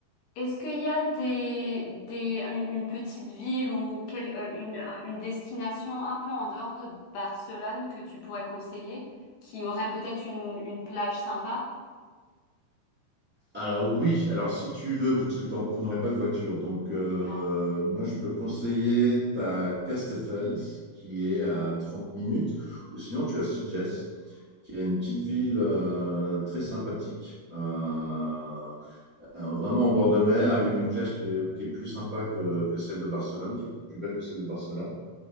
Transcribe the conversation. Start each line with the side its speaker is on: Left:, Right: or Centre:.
Left: Est-ce qu'il y a des, des, une, une petite ville ou quelle, euh, une, un- une destination un peu en dehors de Barcelone que tu pourrais conseiller, qui aurait peut-être une, une plage sympa?
Centre: Alors oui, alors si tu veux, parce que t'en- vous n'aurez pas de voiture, donc euh,
Left: Non.
Centre: moi je peux conseiller ta Castells qui est à 30 minutes, ou sinon tu as Sitges, qui est une petite ville euh, très sympathique, euh, euh, vraiment en bord de mer,
Left: Hmm.
Centre: avec une plage qui est, qui est plus sympa que, que celle de Barcelone, qui est plus belle que celle de Barcelone.